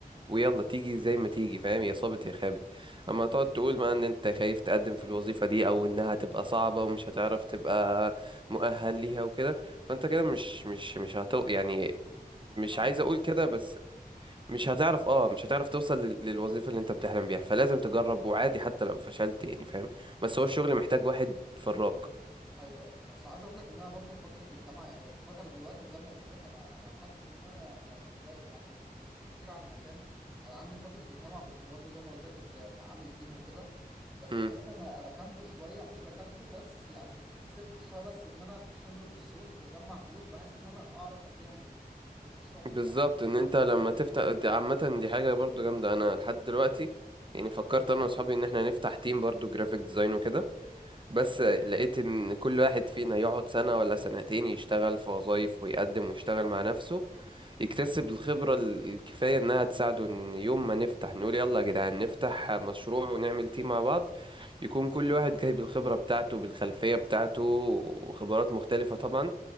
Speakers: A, on the right; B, in the centre.
A: ويلا تيجي زي ما تيجي فاهم يا صابت يا خابت اما تقعد تقول بقى ان انت خايف تقدم في الوظيفة دي او انها تبقى صعبة ومش هتعرف تبقى مؤهل ليها وكده فانت كده مش مش مش هتو يعني مش
B: مش هعمل
A: عايز اقول كده
B: حاجه
A: بس مش هتعرف اه مش هتعرف توصل لل- للوظيفة اللي انت بتحلم بيها فلازم تجرب وعادي حتى لو فشلت يعني فاهم بس هو الشغل محتاج واحد فراك
B: ايوه ايوه اصل عايز اقول لك ان انا برضو في فتره الجامعه يعني الفتره دلوقتي أنا زي ما قلت لك انا انا حاسس ان انا يعني قليل يعني ك- كتير على المكان انا عندي فتره الجامعه كنت برضو زي ما قلت لك كنت عامل تيم وكده بس
A: امم
B: حاليا انا ركنته شويه مش ركنته بس يعني سبته شويه بس ان انا اخد خبره السوق واجمع فلوس بحيث ان انا اعرف اديها لل- للمشروع بتاعي
A: بالظبط ان انت لما تفتح دي عامة دي حاجة برضو جامدة انا لحد دلوقتي يعني فكرت انا واصحابي ان احنا نفتح تيم برضو جرافيك ديزاين وكده بس لقيت ان كل واحد فينا يقعد سنة ولا سنتين يشتغل في وظايف ويقدم ويشتغل مع نفسه يكتسب الخبرة ال- الكفاية إنها تساعده إن يوم
B: بالظبط
A: ما نفتح نقول
B: بالظبط
A: يلا يا جدعان نفتح مشروع ونعمل تيم مع بعض يكون كل واحد جايب الخبرة بتاعته بالخلفية بتاعته وخبرات مختلفة طبعا